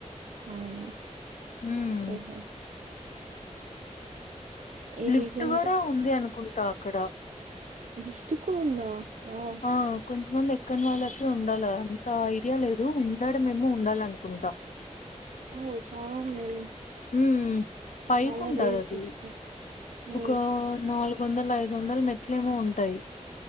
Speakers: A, on the right; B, on the left.
A: మ్మ్
B: ఉమ్
A: ఓహో ఈ
B: లిఫ్ట్
A: రీజన్
B: కూడా ఉంది అనుకుంటా అక్కడ
A: లిఫ్టకు ఉందా వావ్
B: ఆ కొంతమంది ఎక్కన్ వాళ్ళకి ఉండాలి అంత ఐడియా లేదు ఉండడమేమో ఉండాలనుకుంటాం
A: ఓ చాలా మేలు
B: మ్మ్ పైకింటదది
A: చాలా రేర్ చూస్తా ఓ
B: ఒక నాలుగు వందల ఐదు ఐదు వందలు మెట్లేమో ఉంటాయి